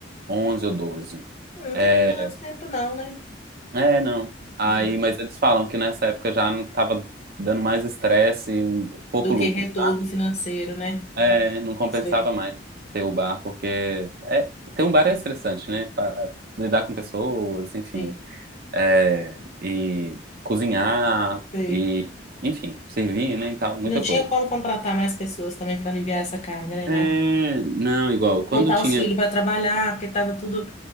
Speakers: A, on the right (about 55°); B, on the left (about 40°).
A: onze ou doze.
B: Não
A: É,
B: tem tanto tempo não, né?
A: é, não. Aí,
B: É.
A: mas eles falam que nessa época já não tava dando mais estresse e pouco
B: Do
A: lucro,
B: que retorno
A: sabe?
B: financeiro, né?
A: É, não compensava
B: Sei,
A: mais ter o bar, porque é, ter um bar é estressante, né? Pra lidar com pessoas, enfim.
B: sim,
A: É, e cozinhar,
B: sei.
A: e, enfim, servir, né? E tal, muita
B: Não tinha
A: coisa.
B: como contratar mais pessoas também para aliviar essa carga, né? Imagina.
A: É, não, igual, quando
B: Botar
A: tinha,
B: os filhos para trabalhar, porque estava tudo